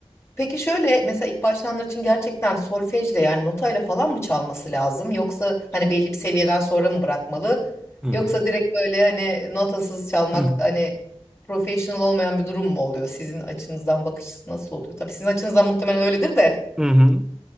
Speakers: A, on the left (about 25°); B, in the centre.
A: Peki şöyle mesela ilk başlayanlar için gerçekten solfejle yani notayla falan mı çalması lazım? Yoksa hani belli bir seviyeden sonra mı bırakmalı?
B: Hı hı.
A: Yoksa direkt böyle hani notasız çalmak
B: <clears throat>
A: hani professional olmayan bir durum mu oluyor? Sizin açınızdan bakış açısı nasıl oluyor? Tabii sizin açınızdan muhtemelen öyledir de.
B: Hı hı.